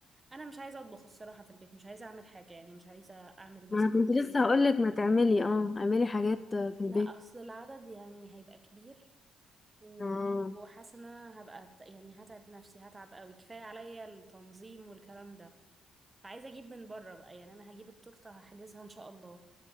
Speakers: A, on the right (about 20°); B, on the left (about 25°).
A: أنا مش عايزة أطبخ الصراحة في البيت مش عايزة أعمل حاجة يعني مش عايزة أعمل مثلا
B: ما انا كنت
A: كيك
B: لسه هقولك ما تعملي اه اعملي حاجات في البيت
A: لا أصل العدد يعني هيبقى كبير و...
B: اه
A: وحاسة إن أنا هبقى ت- يعني هتعب نفسي هتعب قوي كفاية عليا التنظيم والكلام ده فعايزة أجيب من بره بقى يعني أنا هجيب التورتة هحجزها إن شاء الله